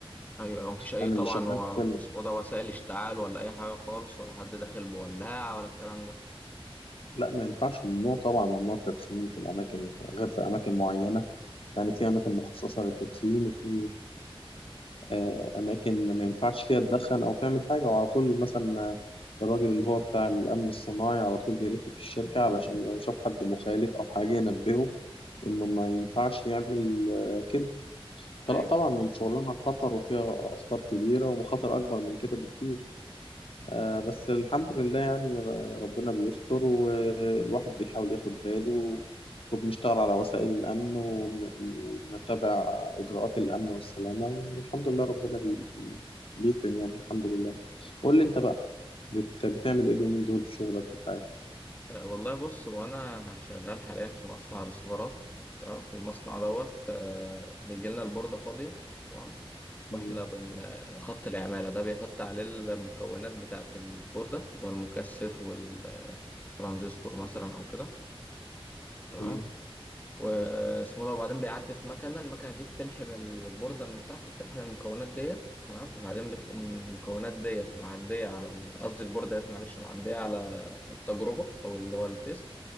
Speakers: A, on the left (about 15°); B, on the left (about 70°).
A: ايوه مفيش اي
B: أنا
A: طبعا
B: اللي شغال
A: و-
B: في ال-
A: اسمه ده وسائل اشتعال ولا اي حاجه خالص ولا حد داخل بولاعه ولا الكلام ده
B: لا ما ينفعش ممنوع طبعا ممنوع التدخين في الأماكن غير في أماكن معينة يعني في أماكن مخصصة للتدخين وفي آه، أماكن ما ينفعش فيها تدخن أو تعمل حاجة وعلى طول مثلا آه، الراجل اللي هو بتاع الأمن الصناعي على طول بيلف في الشركة علشان لو شاف حد مخالف أو حاجة ينبهه إنه ما ينفعش يعمل آه، كده فلا
A: ايوه
B: طبعا الشغلانة خطر وفيها أخطار كبيرة ومخاطر أكبر من كده بكتير آه بس الحمد لله يعني ر- ربنا بيستر والواحد بيحاول ياخد باله وبنشتغل على وسائل الأمن وبن- وبنتبع إجراءات الأمن والسلامة والحمد لله ربنا بي بي- بيكرم يعني الحمد لله قول لي أنت
A: أيوة.
B: بقى بت بتعمل إيه اليومين دول في شغلك وفي حياتك؟
A: أه، والله بص هو انا شغال حاليا في مصنع ريسيفرات تمام المصنع دوت أه، بيجي لنا البورده فاضيه تمام
B: مم،
A: واحنا بن خط العماله ده بيحط عليه المكونات بتاعه البورده اللي هو المكثف والترانزستور مثلا او كده تمام
B: تمام
A: واسمه ده وبعدين بيعدي في مكنه المكنه دي بتلحم البورده من تحت بتلحم المكونات ديت تمام وبعدين بتقوم المكونات ديت معديه على ال- قصدي البورده ديت معلش معديه على التجربه او اللي هو التيست